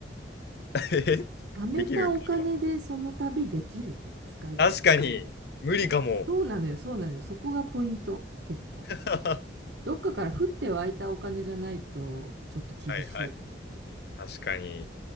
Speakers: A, on the left; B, on the right.
A: <laughs> えできるっていうのは
B: 貯めたお金でその旅できる使い方。
A: 確かに、無理かも。
B: いや、そうなのよ、そうなのよ。そこがポイント。結構。
A: は
B: どっかから降って湧いたお金じゃないと、ちょっと厳しい。
A: いはい。確かに。